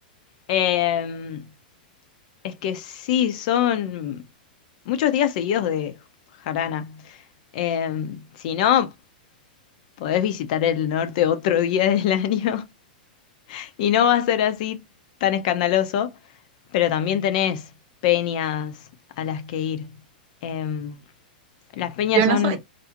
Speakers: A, on the left; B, on the right.
A: Eh, es que sí, son muchos días seguidos de jarana. Eh, si no, podés visitar el norte otro día del año <laughs> y no va a ser así tan escandaloso, pero también tenés peñas a las que ir. Em, las peñas
B: Yo no
A: son
B: soy